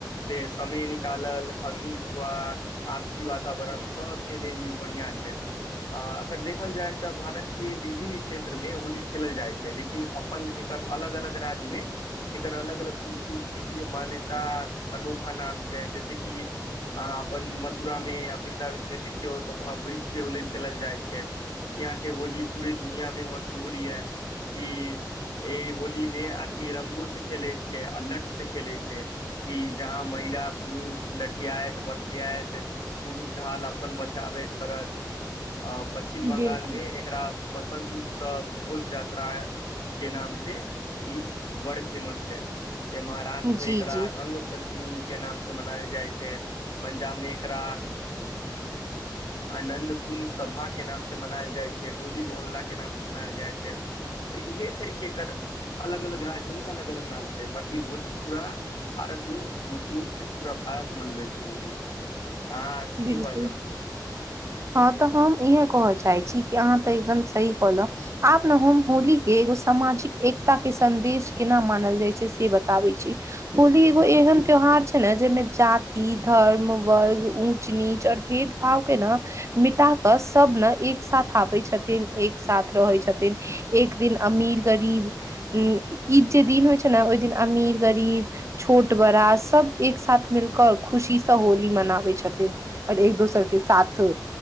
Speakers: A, on the left (about 70°); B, on the right (about 40°).
A: जे समय निकालल अग्नि धुआ आपसी वातावरण सबके लेल ई बढ़ियाँ छै आ अगर देखल जाय तऽ भारतके विभिन्न क्षेत्र मे होली खेलल जाइ छै लेकिन अपन एकर अलग अलग राज्य मे एकर अलग अलग खूबसूरती मान्यता अनूखा नाम छै जैस कि अहाँ अपन मथुरामे या वृंन्दावनमे देखियौ तऽ वहाँ वृक्ष के होल खेलल जाइ छै यहाँ के होली पूरे दुनिया में मशहूर यै की ई होली मे आदमी रंगो से खेलै छै अलट से खेले छै कि जहाँ महि ला पुरुष लठियाइत बरसियाइत पुरुष ढाल अपन बचाबैत करत अ पश्चछिम बंगाल
B: बिल्कुल
A: मे एकरा वसंत उत्सव ढोल जात्रा के नाम से ई वड फेमस छै से महाराष्ट्रमे
B: जी
A: एकरा
B: जी
A: रंग पञ्चमी के नाम से मनायल जाइ छै पंजाब मे एकरा आनंद पूर्ण सभा के नाम से मनायल जाइ छै बोल इ मोहल्ला के नामसे मनायल जाइ छै तऽ इहे छै कि एकर अलग अलग राज्य में अलग अलग नाम छै बाकि होली पूरा भारत मे मशहूत छै पूरा आक मनबै छै होली अहाँ
B: बिलकुल
A: की बाजब
B: हँ तऽ हमँ इह कहा चाहय छी आहा त एकदम सही कहलउ सामाजिक एकता के सदेश केना मानल जाय छै से बताबे छी होली एगो एहन त्यौहार छै ने जेमे जाति धर्म वर्ग ऊच नीच ओर भेद भाव के ने मिटा क सब ने एक साथ आबै छथिन एक साथ रह छथि एक दिन अमीर गरीब उ ई जे दिन होइ छै ने ओहि दिन अमीर अमीर गरीब छोट बड़ा सब एक साथ मिलक खुशी से होली मनाबै छथिन आओर एक दोसर के साथो